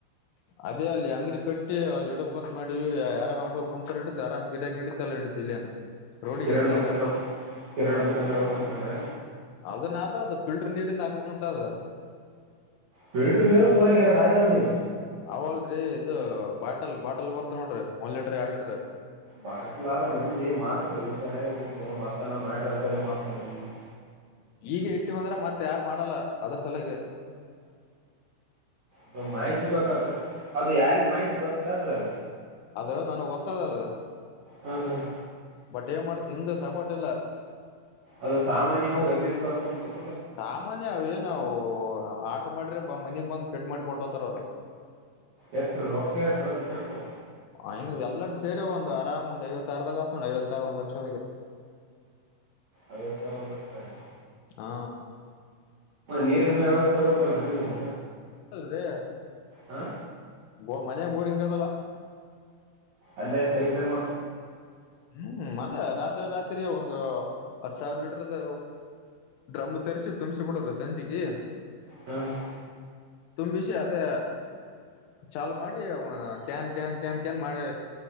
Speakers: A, on the left; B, on the right.
A: ಅದೇ ಅಲ್ಲಿ ಅಂಗಡಿ ಕಟ್ಟಿ ಅ ಇಡ ಬೆಕತ್ ಮಾಡಿವಿ ಯಾರ ಒಬ್ಬರು ಕುಂತರು ಹಿಡು ಆರಾಮ್ ಗಿಡ ನಡು <unintelligible> ಇಲ್ಲಿಯನು ರೋಡಿಗೆ
B: ಕಿರಾಣಿ
A: ಅದ ಜಾಗಾ
B: ದುಕಾನ್ ಇಡ್ಬೇಕು ಕಿರಾಣಿ ದುಕಾನ್ ಇಡ್ಬೇಕಂತ ಮಾಡ್ರಿ
A: ಅದನ್ನ ಅದ ಅ ಫಿಲ್ಟರ್ ನೀರು ದ ಹಾಕ್ಬೇಕಂತ ಅದ
B: ಫಿಲ್ಟರ್ ನೀರು ಊರಾಗ ಎರಡು ಆಗ್ಯಾವ್ರಿ
A: ಅವ ಅಲ್ರರಿ ಇದು ಬಾಟಲ್ ಬಾಟಲ್ ಬರ್ತ ನೋಡ್ರಿ ಒಂದ್ ಲೀಟರ್ ಎರಡ್ ಲೀಟ್ರ
B: ಬಲ ಆದ್ರೆ ಮಂದಿ ಮಾರ್ತಿರು ಸರಿಯಾಗಿಗೆ ಮತ್ತನ ಮಾಡ್ರ ಅಂತ್ದೇ ಮಾಡ್ತ ಮಂದಿ
A: ಈಗ ಇಟ್ಟಿವ ಬಂದ್ರೆ ಮತ್ತ ಯಾರು ಮಾಡಲ್ಲ ಅದ್ರ ಸಲಗೆ
B: ಅದು ಮಾಹಿತಿ ಗೊತ್ತಲ್ಅದು ಯಾರಿಗೆ ಮಾಹಿತಿ ಗೊತ್ತದ ಅಲ್ರಿ ಅ
A: ಅದ ನನ ಗೋತ್ತದತ್ತದ ಅದ
B: ಹಾಂ ಹಾಂ
A: ಬಟ್ ಏನ್ ಮಾಡ್ತಿಂದು ಸಪೋರ್ಟ್ ಇಲ್ಲಾ,
B: ಅದು ಸಾಮಾನ್ಯವು ಎಲ್ಲ ಎಲ್ಲಿ ಬರ್ತ ಗೊ
A: ಸಾಮಾನ್ಯ ಏನವು ಆ ಆರ್ ಮಾಡ್ರೆ ಮನಿ ಬಂದಂದು ಪೆಟ್ ಮಾಡಿ ಕೊಟ್ಟತಾರ ಅವರು
B: ಎಷ್ಟ್ರ ಒ ಎಟ್ರ ಅ ಬಿಟ್ಟ ಎಡು ಕೊಡ
A: ಹ ಎಲ್ಲರಡು ಸೇರಿ ಒಂದು ಅರಾಮ್ ಒಂದ್ ಐವ ಸಾವರದಾಗ ಆತ್ೋ್ ಐವತ್ ಸಾವರ ಒಂದ್ ಲಕ್ಷದ
B: ಅದಥ ಬತಾರೆ
A: ಹಾ
B: ನೀರಿನ ವ್ಯವಸ್ಥೆ ಸ ಚಲ ರೀ ನೀವು
A: ಲ್ರಿ
B: ಹಾ
A: ಬ ಮಜೆ ಬೋರಿಂಗ್ ಕ ತಲ್ಲ
B: ಅಲ್ಲ ಕೈ ಮ
A: ಹ್ಮ್ ಮದೆ ರಾತ್ರಿ ರಾತ್ರಿ ಒಂದು ಹತ್್ ಸಾವಿರ ಲೀಟರ್ದ ಡ್ರಮ್ ತರ್ಸಿ ತುಂಬಸ ಬಿಡದ ಸಂಜೆೆಗೆ
B: ಹ್ಮ ಹಾ
A: ತುಂಬಿಷಯ ಅದೇ ಚಾಲ್ ಮಾಡಿ ಕ್ಯಾನ್ ಕ್ಯಾನ್ ಕ್ಯಾನ್ ಕ್ಯಾನ್ ಮಾಡಿ